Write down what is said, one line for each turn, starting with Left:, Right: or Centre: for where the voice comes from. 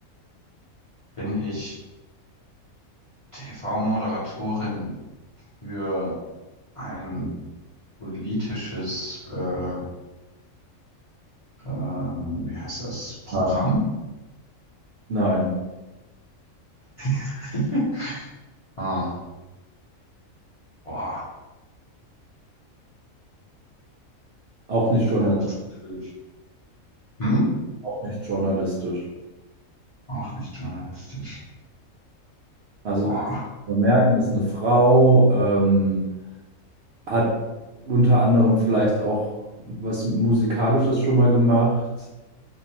Left: bin ich TV-Moderatorin für ein politisches, äh, äh, wie heißt das, Programm?
Right: nein, nein.
Left: Okay. <laughs> Ah, boah,
Right: Auch nicht Journalist,
Left: das ist natürlich. Hm?
Right: auch nicht journalistisch.
Left: Auch nicht journalistisch.
Right: Also
Left: Boah,
Right: wir merken, ist eine Frau, ähm, hat unter anderem vielleicht auch was Musikalisches schon mal gemacht.